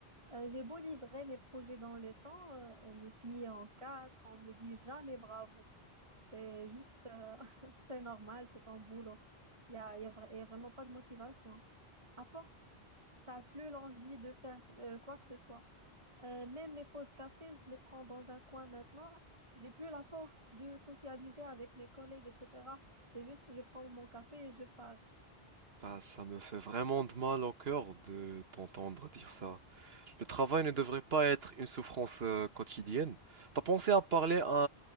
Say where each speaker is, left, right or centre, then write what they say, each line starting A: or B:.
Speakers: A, on the right; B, on the right.
A: Euh, j'ai beau livrer mes projets dans les temps, euh, me plier en quatre, on me dit jamais bravo. C'est juste, euh, <laughs> c'est normal, c'est ton boulot. Il n'y a, y a vra- y a vraiment pas de motivation. À force, t'as plus l'envie de faire ce- euh, quoi que ce soit. Euh, même mes pauses café, je les prends dans un coin maintenant. J'ai plus la force de socialiser avec mes collègues, etc. C'est juste, je prends mon café et je pars.
B: Bah, ça me fait vraiment de mal au cœur de t'entendre dire ça. Le travail ne devrait pas être une souffrance euh, quotidienne. T'as pensé à parler à